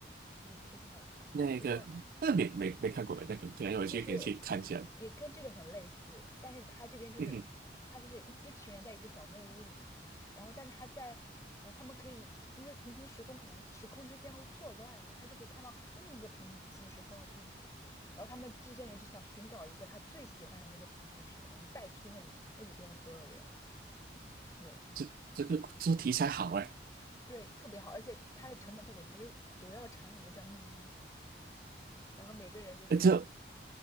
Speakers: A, on the left; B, on the right.
A: 我觉得非常好看。
B: 那个那没没没看过那个可能我去以去看一下。
A: 就它就是也跟这个很类似，但是他这边就是他是一一群人在一个小木屋里，
B: 嗯哼，
A: 然后但是他在呃他们可以因为平行时空可能时空之间会错乱了，他就可以看到另一个平行时空的自己，然后他们这些人就想寻找一个他最喜欢的那个平行时空，代替那里那里边的所有人，对。
B: 这这个这题材好哎，
A: 对，特别好，而且它的成本特别低，它就主要场景就在木屋里，然后每个人就是，
B: 哎这